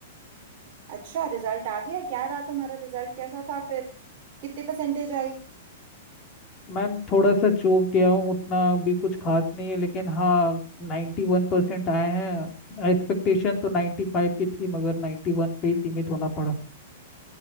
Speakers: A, on the right; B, on the left.
A: अच्छा रिजल्ट आ गया क्या रहा तुम्हारा रिजल्ट कैसा था फिर कितनी परसेंटेज आई
B: मैम थोड़ा सा चूक गया हूँ उतना भी कुछ खास नहीं है लेकिन हाँ नाइन्टी वन परसेंट आए हैं एक्सपेक्टेशन तो नाइन्टी फाइव की थी मगर नाइन्टी वन पे ही सीमित होना पड़ा